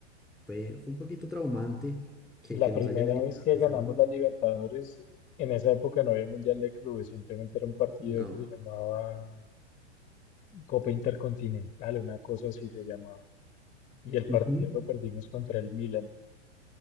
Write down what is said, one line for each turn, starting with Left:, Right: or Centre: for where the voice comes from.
Centre: fue, fue un poquito traumante que,
Left: La
Centre: que nos
Left: primera
Centre: hayan eliminado
Left: vez que
Centre: de
Left: ganamos
Centre: esa forma.
Left: la Libertadores, en esa época no había Mundial de Clubes, simplemente era un partido
Centre: No.
Left: que se llamaba Copa Intercontinental, una cosa así se llamaba. Y el
Centre: Ujú.
Left: partido lo perdimos contra el Milan.